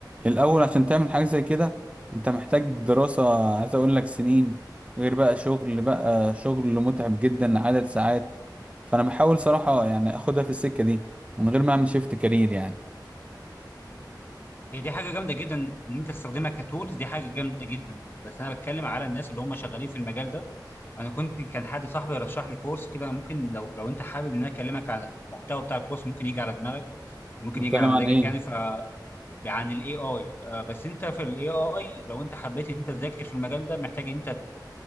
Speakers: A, on the right (about 15°); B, on the left (about 30°).
A: الاول عشان تعمل حاجة زي كده انت محتاج دراسة عايز اقول لك سنين غير بقى شغل بقى شغل متعب جدا لعدد ساعات فانا بحاول صراحة يعني اخدها في السكة دي من غير ما اعمل شيفت كارير يعني
B: هي دي حاجه جامده جدا ان انت تستخدمها كتولز دي حاجه جامده جدا بس انا بتكلم على الناس اللي هم شغالين في المجال ده انا كنت كان حد صاحبي رشح لي كورس كده ممكن لو لو انت حابب ان انا اكلمك عن المحتوى بتاع الكورس ممكن يجي على دماغك ممكن
A: بتكلم
B: يجي على مزاجك
A: عن ايه
B: يعني ف عن الاي اي بس انت في الاي اي لو انت حبيت ان انت تذاكر في المجال ده محتاج ان انت